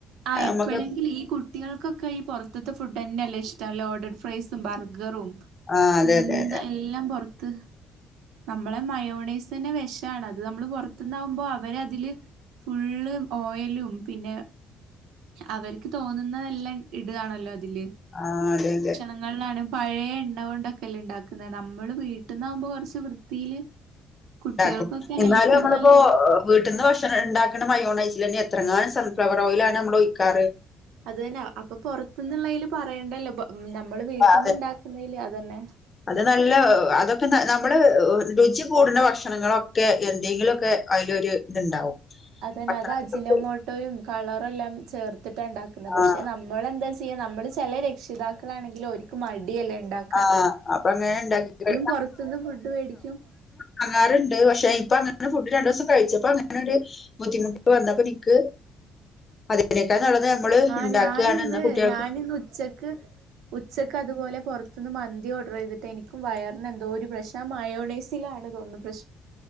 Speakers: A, on the right; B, on the left.
A: ആഹ്
B: അത്
A: എപ്പഴെങ്കിലും
B: നമ്മക്ക്
A: ഈ കു ട്ടികൾക്കൊക്കെ ഈ പൊറത്ത്ത്തെ ഫുഡന്നല്ലേ ഇഷ്ടം ലോഡഡ് ഫ്രൈസും ബർഗറും
B: ആഹ് അതെ
A: എന്ത
B: അതെ അതെ
A: എല്ലാം പൊറത്ത്. നമ്മളെ മയോണൈസന്നെ വെശാണ് അത് നമ്മള് പുറത്തുന്നാവുമ്പൊ അവരതില്. ഫുള്ള് ഓയലും പിന്നെ. അവര്ക്ക് തോന്നുന്നതെല്ലാം ഇടാണല്ലോ അതില്.
B: ആഹ് അതെ അതെ.
A: ങ്ങളിലാണ് പഴേ എണ്ണ കൊണ്ടൊക്കല്ലെ ഇണ്ടാക്കുന്നത് നമ്മള് വീട്ടിന്നാകുമ്പൊ കൊറച്ച് വൃത്തിയില്. കുട്ടികൾക്കൊക്കെ
B: ഇണ്ടാക്കും എന്നാലു
A: ഹെൽത്തിന്
B: നമ്മളിപ്പോ.
A: നല്ലത്
B: വീട്ട്ന്ന് ഭക്ഷണം ഇണ്ടാക്കണ മയോണെസിലന്നെ എത്രങ്ങാനും സൺഫ്ലവർ ഓയിലാണ് നമ്മള് ഒയിക്കാറ്.
A: അത് തന്നെ അപ്പൊ പുറത്തുന്നുള്ളയില് പറയേണ്ടല്ലോ ബ നമ്മള് വീട്ടന്ന്
B: പറ-
A: ഇണ്ടാക്കുന്നതില് അതന്നെ.
B: അത് നല്ല അതൊക്കെ ന നമ്മള് രുചികൂടുന്ന ഭക്ഷണങ്ങളൊക്കെ എന്തെങ്കിലൊക്കെ അയിലൊര്. ഇതുണ്ടാവും.
A: അതന്നെ
B: പട്ടാളത്തിലൊക്കെ
A: അത് അജിനോമോട്ടോയും കളറെല്ലാം ചേർത്തിട്ടാ ഇണ്ടാക്കുന്ന പക്ഷെ
B: ആഹ്
A: നമ്മളെന്തയ്‌ച് ത്തി നമ്മള് ചെല രക്ഷിതാക്കളാണെങ്കിലോര്ക്ക് മടിയല്ലേ ഇണ്ടാ
B: ആഹ് അപ്പ അങ്ങനെ ഇണ്ടാക്കിക്ക്ണത്.
A: പൊറത്തുന്ന് ഫുഡ് വേടിക്കും
B: വാങ്ങാറുണ്ട് പക്ഷെ ഇപ്പ അങ്ങനെ ഫുഡ് രണ്ടു ദിവസം കഴിച്ചപ്പൊ അങ്ങനെ ഒരു ബുദ്ധിമുട്ട് വന്നപ്പൊ എനിക്ക്. ഇതിനേക്കാൾ നല്ലത് നമ്മള്
A: ആഹ്
B: ഉണ്ടാക്കുകയാണ്
A: ഞാനിന്ന്
B: എന്നാ കുട്ടികൾക്ക്
A: ഞാനിന്ന് ഉച്ചക്ക്. ഉച്ചക്ക് അതുപോലെ പുറത്തുന്ന് മന്തി ഓർഡർ ചെയ്തിട്ട് എനിക്കും വയറിനെന്തോ ഒര് പ്രശ്നം ആ മയോണേസ്. ത്തിലാണ് തോന്നുന്നത് പ്രശ്നം.